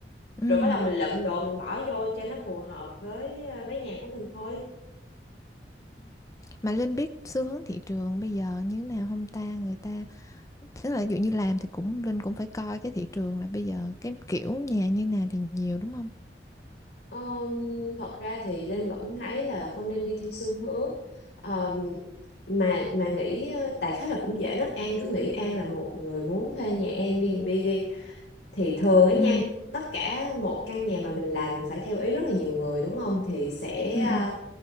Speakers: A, on the left (about 20°); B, on the left (about 80°).
A: ừm,
B: rồi bắt đầu mình lượm đồ mình bỏ vô cho nó phù hợp với ờ, với nhà của mình thôi
A: Mà Linh biết xu hướng thị trường bây giờ như thế nào không ta? Người ta tức là ví dụ như làm thì cũng Linh cũng phải coi cái thị trường là bây giờ cái kiểu nhà như nào thì nhiều đúng không?
B: Ờm, thật ra thì Linh vẫn thấy là không nên đi theo xu hướng Ờm, mà mà nghĩ ờ, đại khái là cũng dễ lắm An cứ nghĩ An là một người muốn thuê nhà Airbnb đi thì thường ấy nha
A: Ừm,
B: tất cả một căn nhà mà mình làm mình phải theo ý rất là nhiều người đúng không thì sẽ
A: ừm,
B: à,